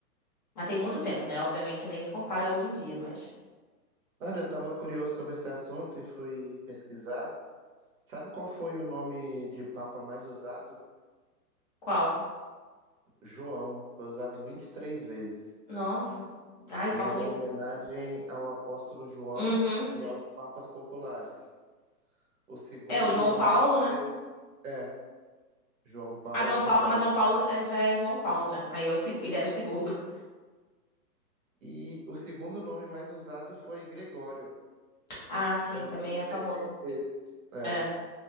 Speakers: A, on the left; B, on the right.
A: Mas tem muito tempo, né? Obviamente nem se compara hoje em dia, mas.
B: olha, eu tava curioso sobre esse assunto e fui pesquisar. Sabe qual foi o nome de Papa mais usado?
A: Qual?
B: João. Foi usado 23 vezes.
A: Nossa. Ai,
B: E
A: falta
B: é uma
A: de.
B: homenagem ao apóstolo João
A: Uhum.
B: e aos papas populares. O segundo
A: É, o João
B: nome
A: Paulo, né?
B: foi. É, João Paulo,
A: Ah, João
B: é
A: Paulo.
B: verdade.
A: Ah, mas João Paulo é- já é João Paulo, né? Aí é o, seg- ele era o segundo. <laughs>
B: E o segundo nome mais usado foi Gregório.
A: Ah, sim,
B: Foi usado
A: também é famoso.
B: 16 vezes. É.
A: É.